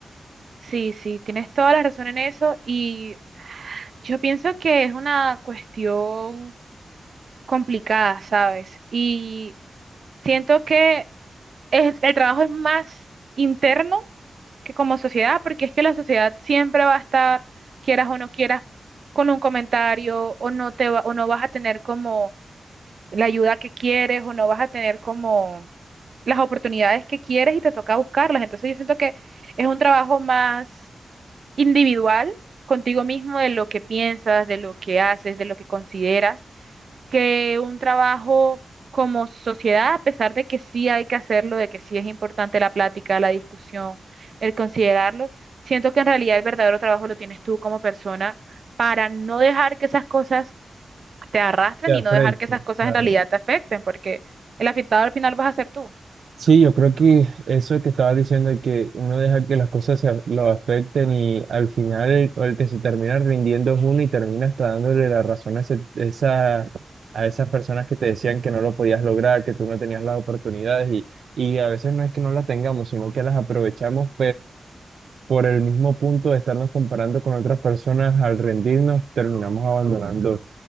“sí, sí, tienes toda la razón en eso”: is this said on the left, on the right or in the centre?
Right